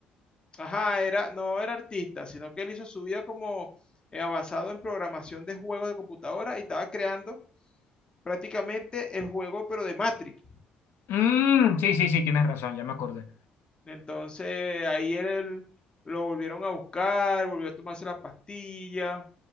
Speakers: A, on the left; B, on the left.
A: Ajá, era, no era artista, sino que él hizo su vida como eh, basado en programación de juegos de computadora y estaba creando prácticamente el juego, pero de Matrix.
B: Mm, sí, sí, sí, tienes razón, ya me acordé.
A: Entonces ahí él, lo volvieron a buscar, volvió a tomarse la pastilla,